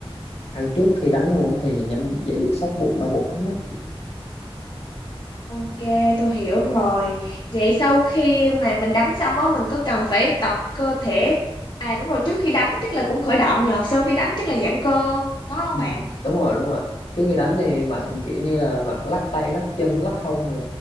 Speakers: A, on the left; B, on the left.
A: ăn trước khi đánh luôn á thì nhanh dễ bị sắp bụng đau bụng lắm á
B: Ok, tôi hiểu rồi. Vậy sau khi mà mình đánh xong á mình có cần phải tập cơ thể à đúng rồi, trước khi đánh chắc là cũng khởi động nhờ, sau khi đánh chắc là giãn cơ, có không
A: Ừ.
B: bạn?
A: đúng rồi đúng rồi trước khi đánh thì bạn kiểu như là bạn lắc tay lắc chân lắc hông nè